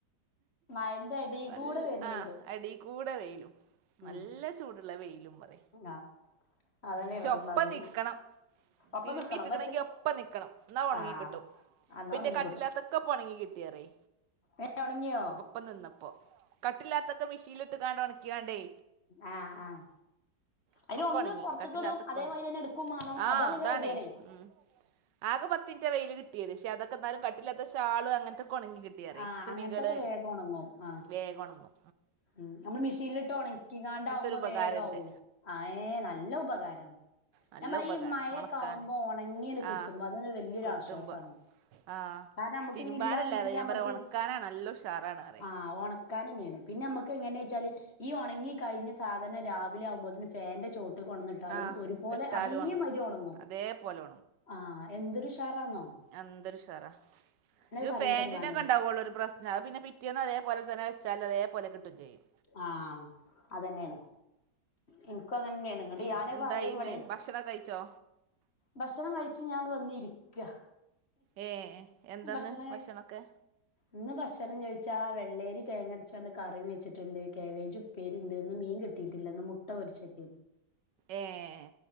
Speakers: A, on the left; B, on the right.
A: മയന്റെ അടി
B: നല്ല
A: കൂടെ വരുന്നുണ്ട്
B: ആഹ് എടീ കൂടെ വെയിലും നല്ല
A: ഉം
B: ചൂടുള്ള വെയിലും പറി
A: ആ അതന്നെയാണ്
B: ക്ഷെ
A: പറഞ്ഞമാതിരി
B: ഒപ്പം നിക്കണം
A: ഒപ്പം
B: തിരുമ്പിട്ടിക്കണങ്കി
A: നിക്കണം പക്ഷെ
B: ഒപ്പ നിക്കണം എന്നാ ഉണങ്ങി
A: ആ
B: കിട്ടും
A: അന്നാ
B: പിന്റെ
A: ഉണങ്ങി
B: കട്ടില്ലാത്തൊക്കെ പ്പണങ്ങി കിട്ടീ അറ്യേ
A: ഏഹ് ഒണങ്ങിയോ
B: ഒപ്പം നിന്നപ്പോ കട്ടില്ലാത്തൊക്കെ മെഷീനിലിട്ട്കാണ്ട് ഒൺക്യാണ്ടേ
A: ആഹ് ആഹ്
B: ഇപ്പൊക്കെ
A: അയ്ന് ഒന്ന്
B: ഒണങ്ങി
A: പുറത്കിടും
B: കട്ടില്ലാത്തൊക്കെ
A: അതേമാതിരിന്നെ
B: ഒണങ്ങി
A: എടുക്കും മാണം
B: ആഹ്
A: അതാണല്ലോ
B: അതാണേ
A: കേതിയെടെ
B: ഉം ആകെ പത്തിന്റെ വെയില് കിട്ടിയത് ക്ഷെ അതൊക്കെ ന്നാലും കട്ടില്ലാത്തഷാള് അങ്ങൻത്തെക്ക ഒൺങ്ങികി ട്ടി അറ്യെ
A: ആ
B: തുണികള്
A: അങ്ങനത്തൊക്കെ വേഗം ഉണങ്ങും ആ
B: വേഗം ഒണങ്ങു
A: ഉം ഒന്ന് മിഷ് ശീല്ലിട്ട് ഉണക്കികാണ്ടാവുമ്പോ
B: ഒരു ഉപകാരണ്ട്
A: വേഗാവേ ആഹ് ഏഹ് നല്ല ഉപകാരാണ്
B: നല്ല
A: ഞാൻ പറയാ
B: ഉപകാരം
A: ഈ മഴൊക്കാവുമ്പോ
B: ഒണക്കാന്
A: ഉണങ്ങിയട് കിട്ടുമ്പോ
B: ആഹ്
A: അതന്നെ വല്ല്യോരു
B: കിട്ടുമ്പോ
A: ആശ്വാസാണ്
B: ആഹ്
A: കാരണം നമ്മുക്ക്
B: തിരുമ്പാനല്ല
A: ഇനി ഇല്ലാന്നുണ്ടെങ്കി
B: പറയാ ഞാൻ
A: നമ്മുക്ക്
B: പറയാ ഒണക്കാനാണ് നല്ല ഉഷാറാണ് പറയാ
A: ആഹ് ഓണ കാനെന്നെണ് പിന്നെ നമുക്ക് ങ്ങനെച്ചാല് ഈ ഉണങ്ങി കഴിഞ്ഞ സാധന രാവിലെ ആകുമ്പോതിന് ഫേന്റെ ചോട്ട് കൊട്ന്നിട്ടാലും
B: ആഹ്
A: ഒരുപോലെ
B: ഇട്ടാലും
A: അതേ
B: ഒണങ്ങും
A: മാരി ഉണങ്ങും
B: അതേപോലെ
A: ആഹ് എന്തൊരു ഷാറാണോ
B: എന്തരുഷാറാ രു
A: പറയും
B: ഫാൻറിനൊക്കെ
A: ന്റെ ഉമ്മാനോട്
B: ണ്ടാവുള്ളൂ ഒരു പ്രശ്നം അത് പിന്നെ പിറ്റേന്ന് അതേപോലെ തന്നെ ച്ചാലതേപോലെ കിട്ടും ചെയ്യും.
A: ആ അതന്നെയാണ് എനിക്കും അങ്ങനെന്നെയാണ് ഇങ്ങട്ട്
B: പിന്നെ
A: ഞാനത്
B: എന്തായിന്നെ
A: പറയും ഇവിടെയ്
B: ഭക്ഷണൊക്കഴിച്ചോ?
A: ഭക്ഷണം കഴിച്ച് ഞാൻട് വന്നിരിക്ക.
B: ഏഹ് ഏഹ് എന്താന്ന്
A: ഭക്ഷണം
B: ഭക്ഷണൊക്കെ?
A: കഴി ഇന്ന് ഭക്ഷണം ചോയിച്ചാ വെള്ളേരി തേങ്ങരച്ചാണ്ട് കറിം വെച്ചിട്ട്ണ്ട് കേബേജു പ്പേരിണ്ട് ഇന്ന് മീൻ കിട്ടിയിട്ടില്ല ന്ന് മുട്ട പൊരിച്ചക്കെയ്ന്.
B: ഏഹ്